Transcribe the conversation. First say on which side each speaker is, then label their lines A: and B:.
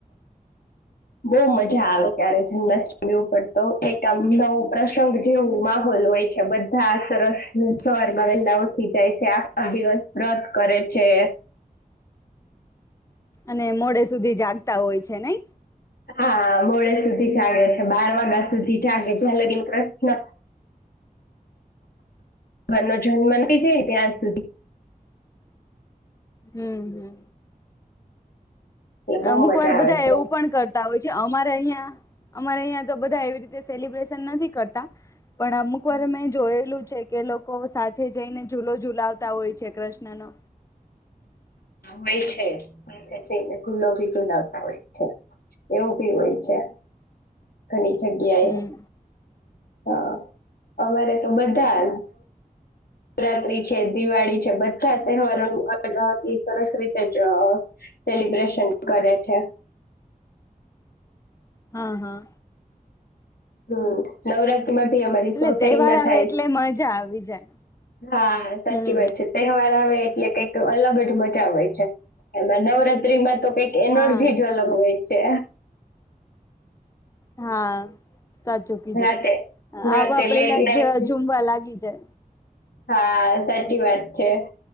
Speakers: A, on the left; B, on the left.
A: બહ મજા આવે ત્યારે જન્માષ્ટમી ઉપર તો એક આમ નવ પ્રસંગ જીવું માહોલ હોય છે, બધા સરસ જર માં વેલા ઉઠી જાય છે આ દિવસ રદ કરે છે,
B: અને મોડે સુધી જાગતા હોય છે નઈ
A: હા મોડે સુધી જાગે છે, બાર વાગ્યા સુધી જાગે છે લગીન પ્રશ્ન ન જન્મ જાય ત્યાં સુધી
B: હમ્મ
A: એટલે બહુ
B: અમુક
A: મજા
B: વાર બધા
A: આવે છે
B: એવું પણ કરતા હોય, અમારે અહિયાં અમારે અહિયાં તો બધા એવી રીતે સેલિબ્રેશન નથી કરતા પણ અમુક
A: હમ
B: વાર મેં જોયેલું છે, કે લોકો સાથે જઈને જુલો જુલાવતા હોય છે, કૃષ્ણનો
A: હ કઈ છે, થઈને ગુલો ભી ગુલાવતા હોય છે એવું ભી હોય છે, ઘણી જગ્યાએ
B: હમ
A: હા અમારે તો બધા નવરાત્રી છે, દિવાળી બધા તહેવારો સરસ રીતે જ સેલિબ્રેશન કરે છે,
B: હા હા
A: હમ્મ નવરાત્રીમાં ભી અમારી
B: એટલે
A: સોસાયટીમાં
B: તહેવાર આવે
A: થાય
B: એટલે
A: છે,
B: મજા આવી જાય
A: હા સાચી
B: હમ
A: વાત છે તહેવાર આવે એટલે કઈક અલગ જ મજા હોય છે, એમાં નવરાત્રીમાં તો કઈક એનર્જી
B: હા
A: જ અલગ હોય છે,
B: હા, સાચું કીધું
A: રાતે રાતે
B: આવા પેલા
A: લેટ નાઈટ
B: જ ઝુમવા લાગી જાય
A: હા સાચી વાત છે,